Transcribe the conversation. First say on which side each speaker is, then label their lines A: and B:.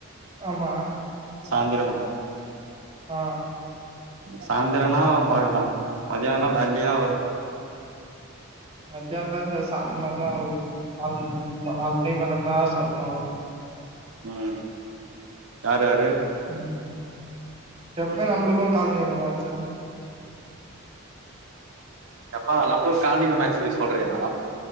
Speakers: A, on the right; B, on the right.
A: ஆமா
B: சாந்திரமா
A: ஆ
B: சாந்திரனா பாக்கலா மதியானா வேல்லயே ஆவாது
A: மத்தியால்ல சாந்தமா தா ஆவு நாலு மணி அமா நாலு மணிக்க மேல தா ஸ்டார்ட் பண்ணுவாங்கோ..
B: ம் யார் யாரு
A: ம் எப்மே நம்பளுக்கு கால்னி அந்த மேச்ச
B: எப்பா நம்ளுக் கால்னிக்கு மேச்சுகு சொல்றியா